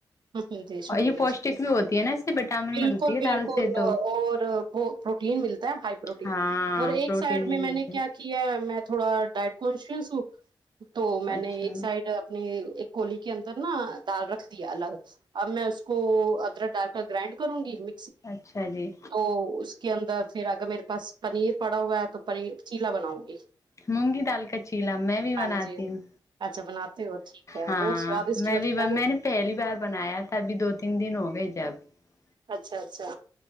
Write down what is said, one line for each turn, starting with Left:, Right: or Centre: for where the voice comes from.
Right: ہ جی شکریہ
Left: اور یہ پوشٹک
Right: شکری
Left: بھی ہوتی ہے نا اس سے وٹامن
Right: بالکل
Left: ملتی ہے
Right: بالکل
Left: دال سے تو
Right: اور وہ پروٹین ملتا ہے ہائی پروٹین
Left: ہاں
Right: اور ایک
Left: پروٹین
Right: سائڈ میں
Left: بھی
Right: میں
Left: ملتی
Right: نے کیا کیا میں <unintelligible> تھوڑا ڈائٹ <unintelligible> کونچ سو <unintelligible> تو میں نے
Left: اچھا
Right: ایک سائڈ اپنی ایک کولی کے اندر نا دال رکھ دیا الگ اب میں اس کو ادرک ڈال کر گرائنڈ کروں گی <unintelligible>
Left: اچھا جی
Right: ا <unintelligible> کے اندر پھر اگر میرے پاس پنییر پڑا ہوا ہے تو پیر چیلا بناؤں گی <unintelligible>
Left: مونگی دال کا چیلا میں بھی
Right: ہاں
Left: بناتی
Right: جی
Left: ہوں
Right: اچھا بناتے ہو ٹھیک ہے
Left: ہاں
Right: بہت سوادشٹ
Left: میں
Right: لگتا
Left: بھی
Right: ہے
Left: میں نے پہلی بار بنایا تھا ابھی دو <unintelligible> تین دن ہو گئے جب <unintelligible>
Right: اچھا اچھا